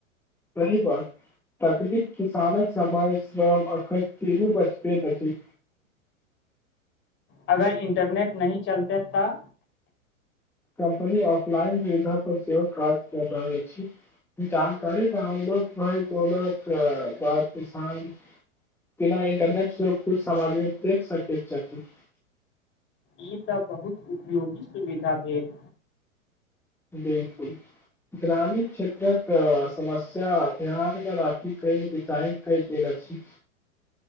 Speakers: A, in the centre; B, on the left (about 30°).
A: सही बात, तकनीक किसानक समय स्वम अखन तीनू बचपैत अछि।
B: अगर इन्टरनेट नहि चलते तऽ।
A: कम्पनी ऑफलाइन सुविधाापर, सेहो काज कऽ रहलैत अछि। जानकारी तऽ औल <unintelligible> भइ तौलक बात किान। बिना इन्टरनेटसँ किुछु सामग्री देख सकैत छथिन।
B: ई तऽ बहुत उपयोगी सुविधा भेल।
A: बिलकुल। ग्रामीण क्षेत्रक समस्या, ध्यानमे राखि के, बिचाइर के कयल गेल अछि।